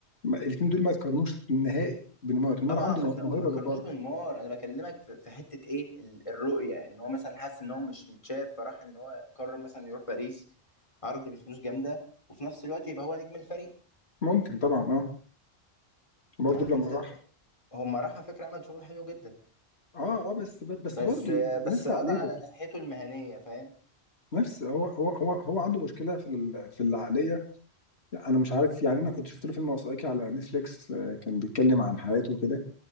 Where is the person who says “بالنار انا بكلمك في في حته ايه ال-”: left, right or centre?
Left